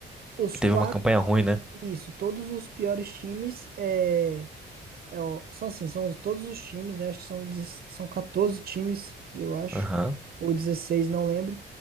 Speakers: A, on the right (about 50°); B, in the centre.
A: os
B: Que teve
A: quatro,
B: uma campanha ruim, né?
A: isso, todos os piores times, é, É, ó, são assim, são os- todos os times, né? Acho que são, dez- são 14 times, eu acho,
B: Aham,
A: ou 16, não lembro.